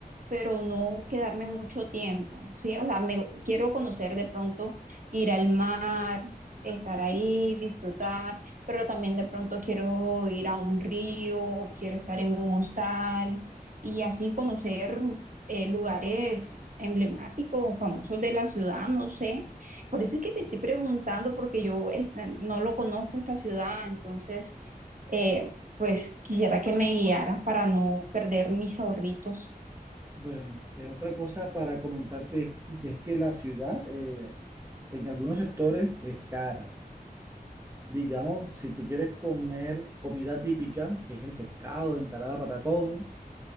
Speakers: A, on the right (about 60°); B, on the right (about 20°).
A: pero no quedarme mucho tiempo, ¿sí? O sea, me, quiero conocer de pronto, ir al mar, estar ahí, disfrutar, pero también de pronto quiero ir a un río, o quiero estar en un hostal y así conocer eh, lugares emblemáticos o famosos de la ciudad, no sé. Por eso es que te estoy preguntando, porque yo eh, eh, no lo conozco esta ciudad, entonces, eh, pues quisiera que me guiaras para no perder mis ahorritos.
B: Bueno, es otra cosa para comentarte es que, es que la ciudad, eh, En algunos sectores es cara. Digamos, si tú quieres comer comida típica, que es el pescado, ensalada patacón,